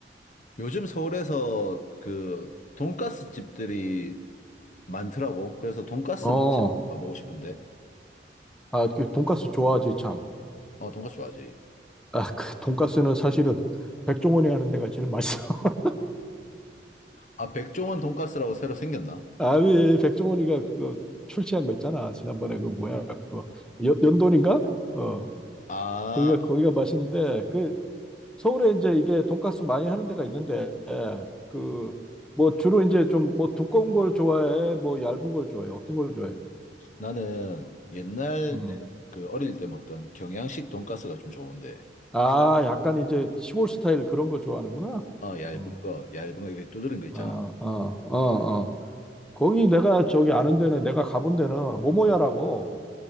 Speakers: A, on the left (about 45°); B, in the centre.
A: 요즘 서울에서 그 돈가스 집들이 많더라고. 그래서 돈가스
B: 어,
A: 맛집 가보고 싶은데.
B: 아, 그 돈가스 좋아하지, 참.
A: 어, 돈가스 좋아하지.
B: 아, 그 돈가스는 사실은 백종원이 하는 데가 제일 맛있어. <laughs>
A: 아, 백종원 돈가스라고 새로 생겼나?
B: 아니, 백종원이가 그거 출시한 거 있잖아. 지난번에 그 뭐야, 그거. 연, 연돈인가? 어,
A: 아,
B: 거기가, 거기가 맛있는데, 그, 서울에 이제 이게 돈가스 많이 하는 데가 있는데, 그, 뭐 주로 이제 좀 뭐 두꺼운 걸 좋아해? 뭐 얇은 걸 좋아해? 어떤 걸 좋아해?
A: 나는 옛날
B: 음.
A: 내가 그 어릴 때 먹던 경양식 돈가스가 좀 좋은데,
B: 아, 약간 이제 시골 스타일 그런 걸 좋아하는구나.
A: 어, 얇은
B: 음.
A: 거, 얇은 거 이렇게 두드린 거 있잖아.
B: 아, 아, 아, 아. 거기 내가 저기 아는 데는 내가 가본 데는 모모야라고